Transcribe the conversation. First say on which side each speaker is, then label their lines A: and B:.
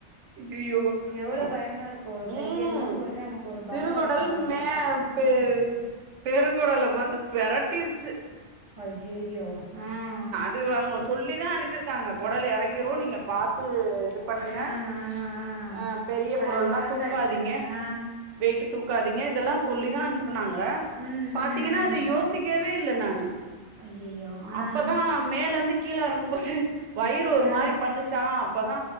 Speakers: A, on the right; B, on the right.
A: அய்யய்யோ
B: எவ்ளோ
A: அப்
B: பயமா இருக்கும்.
A: உம்
B: தையெல்லாம் போட்டு நமக்கு ஒரு
A: சிறுகடல்
B: பயம் இருக்கும் கண்டிப்பா.
A: மேப்பு
B: ம்.
A: தெ உ பெருங்கொடல வந்து பெரட்டிர்ச்சு
B: அய்யய்யோ ம்
A: துவாங்கோ சொல்லிதா அனுப்பிர்க்காங்க கொடல் யரங்கிரு
B: ஆ.
A: நீங்க பாத்து இது பண்ணுங்க
B: ஆ, ஆ, ஆ.
A: அ பெரிய பொருல்லா
B: அத மறந்தாச்சு.
A: தூக்காதீங்க
B: ஆ.
A: வெய்ட்டு தூக்காதீங்க இதெல்லா சொல்லிதா அனுப்புனாங்க
B: ம்,
A: பாத்தீங்கன்னா
B: ம், ம்.
A: அத யோசிக்கவே இல்ல நானு
B: ஐய்யய்யோ! ஆ.
A: அப்பதா மேலருந்து கீழ எறங்கும்போது வயிறு ஒரு
B: ஆ.
A: மாரி பண்ணுச்சா அப்பதா